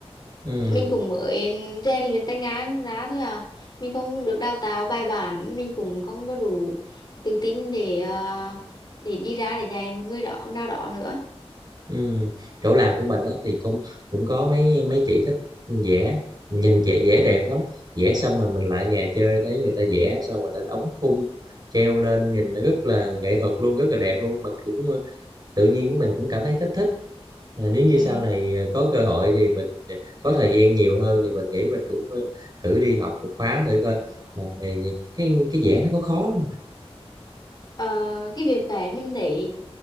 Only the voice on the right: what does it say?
ừ
Ừm, chỗ làm của mình đó thì cũng cũng có mấy mấy chị thích vẽ nhìn chị vẽ
đẹp lắm vẽ xong rồi mình lại nhà chơi thấy người ta vẽ xong người ta đóng khung treo lên nhìn nó rất là nghệ thuật luôn rất là đẹp luôn mình cũng ờ, tự nhiên của mình cũng cảm thấy thích thích à, nếu như
sau này ờ, có cơ hội thì mình à, có thời gian nhiều hơn thì mình nghĩ mình cũng ờ, thử đi học một khóa thử coi mà ờ, cái cái vẽ nó có khó lắm